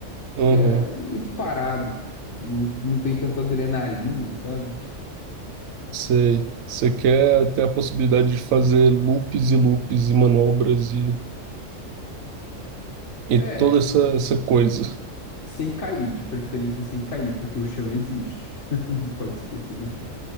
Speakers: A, on the left (about 60°); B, on the right (about 85°).
A: porque
B: Aham,
A: é muito parado. Não, não tem tanta adrenalina, sabe?
B: sei. Você quer ter a possibilidade de fazer loops e loops e manobras e, e
A: É.
B: toda essa, essa coisa.
A: Sem cair, de preferência sem cair, porque o chão existe. <laughs> Não pode esquecer do chão.